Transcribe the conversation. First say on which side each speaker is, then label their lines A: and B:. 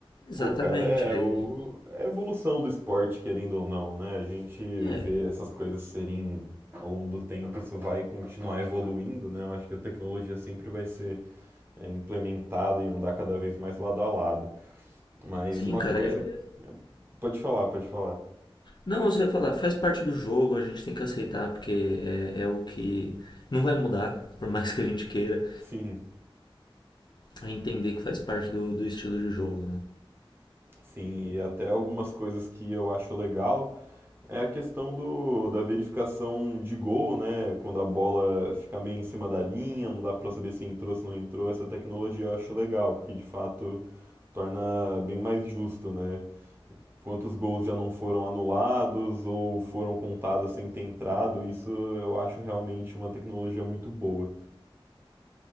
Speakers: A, on the left; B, on the right.
A: Exatamente.
B: Pô, cara, é, o,
A: Aí,
B: é a evolução do esporte, querendo ou não, né? A gente
A: é,
B: vê essas coisas serem, ao longo do tempo, isso vai continuar evoluindo, né? Eu acho que a tecnologia sempre vai ser é, implementada e andar cada vez mais lado a lado. Mas
A: sim,
B: uma
A: cara.
B: coisa.
A: é-
B: Pode falar, pode falar.
A: não, você vai falar, faz parte do jogo, a gente tem que aceitar, porque é, é o que não vai mudar, por mais que a gente queira,
B: Sim.
A: é entender que faz parte do, do estilo de jogo, né?
B: Sim, e até algumas coisas que eu acho legal é a questão do, da verificação de gol, né? Quando a bola fica meio em cima da linha, não dá pra saber se entrou, se não entrou. Essa tecnologia eu acho legal, porque de fato torna bem mais justo, né? Quantos gols já não foram anulados ou foram contados sem ter entrado, isso eu acho realmente uma tecnologia muito boa.